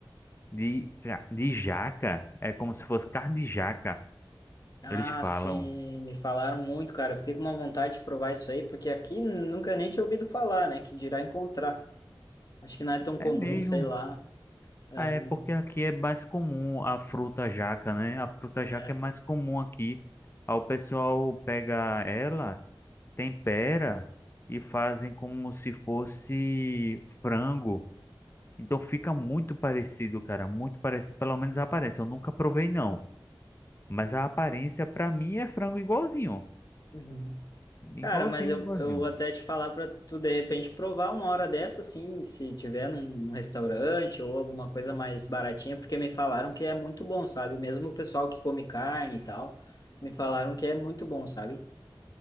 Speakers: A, on the left; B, on the left.
A: de, ca- de jaca. É como se fosse carne de jaca,
B: Ah,
A: eles falam.
B: sim, me falaram muito, cara. Eu Fiquei com uma vontade de provar isso aí, porque aqui nunca nem tinha ouvido falar, né? Que dirá encontrar. Acho que não é tão comum,
A: É mesmo.
B: sei lá. É,
A: Ah, É
B: não-
A: porque aqui é mais comum a fruta jaca, né? A fruta jaca
B: é.
A: é mais comum aqui. Aí o pessoal pega ela, tempera e fazem como se fosse frango. Então fica muito parecido, cara, muito parecido, pelo menos a aparência. Eu nunca provei não, mas a aparência pra mim é frango igualzinho,
B: Uhum. Cara,
A: igualzinho,
B: mas eu,
A: igualzinho.
B: eu vou até te falar para tu de repente provar uma hora dessa, assim, se tiver num restaurante ou alguma coisa mais baratinha, porque me falaram que é muito bom, sabe? Mesmo o pessoal que come carne e tal, me falaram que é muito bom, sabe?